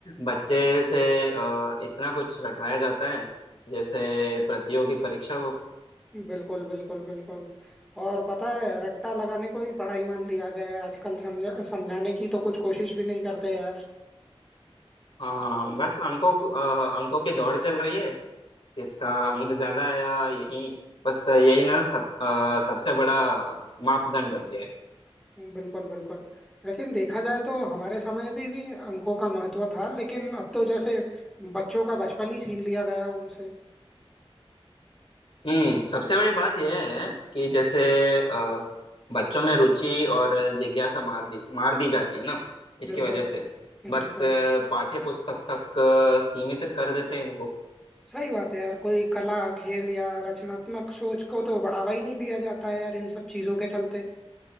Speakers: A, on the left (about 60°); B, in the centre.
A: बच्चे से अ, इतना कुछ रटवाया जाता है जैसे प्रतियोगी परीक्षा हो
B: बिल्कुल बिल्कुल बिल्कुल और पता है रट्टा लगाने को ही पढ़ाई मान लिया गया है आजकल समझा समझाने की तो कुछ कोशिश भी नहीं करते यार
A: हाँ बस अंकों को- अ, अंकों की दौड़ चल रही है किसका अंक ज्यादा आया यही बस यही ना सब अ, सबसे बड़ा मापदंड बन गया है
B: बिल्कुल बिल्कुल लेकिन देखा जाए तो हमारे समय भी भी अंकों का महत्व था लेकिन अब तो जैसे बच्चों का बचपन ही छीन लिया गया उनसे
A: हम्म सबसे बड़ी बात यह है कि जैसे अ, बच्चों में रुचि और जिज्ञासा मार दी मार दी जाती है ना इसकी
B: बिल्कुल
A: वजह से बस
B: बिल्कुल
A: अ, पाठ्य पुस्तक तक अ, सीमित कर देते हैं इनको
B: सही बात है यार कोई कला खेल या रचनात्मक सोच को तो बढ़ावा ही नहीं दिया जाता है यार इन सब चीजों के चलते